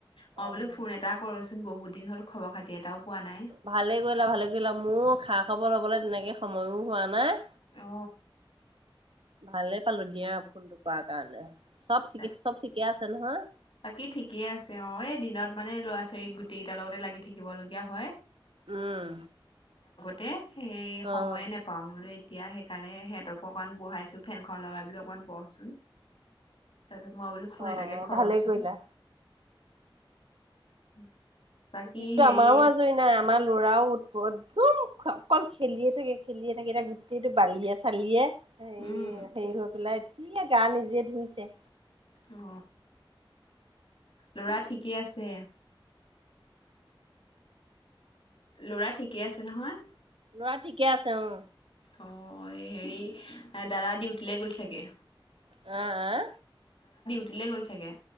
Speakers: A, on the left; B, on the right.
A: মই
B: অ',
A: বোলো ফোন এটা কৰছোন বহু দিন হ'ল খবৰ খাতি এটাও পোৱা নাই
B: ভালে কৰিলা ভালে? কৰিলামোৰ খা খবৰ ল'বলৈ তেনেকৈ সময়ো হোৱা নাই
A: আহ।
B: ভালে পালো দিয়া ফোনটো কৰা কাৰণে। চব ঠিকে
A: তাক
B: চব ঠিকে আছে নহয়
A: বাকী ঠিকেই আছে অ এই দিনত মানে ল'ৰা ছোৱালী গোটেই কেইটাৰ লগতে লাগি থাকিব লগীয়া হয়
B: উম।
A: তে। এইেই
B: অ',
A: সময়ে নেপাওঁ মোলৈ এতিয়া সেইকাৰণে সিহঁতকো অকণ বহাইছো। ফেনখন লগাই বোলো অকমান বহচোন। তাৰপিছত মই বোলো ফোন
B: অ',
A: এটাকে কৰোচোন।
B: ভালেই কৰিলা।
A: <inaudible>
B: দিনটো
A: হেৰি
B: আমাৰো আজৰি নাই। আমাৰ ল'ৰাও একদম অকল খেলিয়ে থাকে, খেলিয়ে থাকে। এতিয়া গোটেইটো বালিয়ে-চালিয়ে। হে হেৰি
A: উম
B: হৈ পেলাই কি আ গা নিজে ধুইছে।
A: অ। ল'ৰা ঠিকে আছে। লৰা ঠিকে আছে। নহয়।
B: লৰা ঠিকে আছে। অ।
A: অ, এই হেৰি দাদা ডিউটিলৈ গ'ল চাগে।
B: অ, আ?
A: দিলেগৈ চাগে।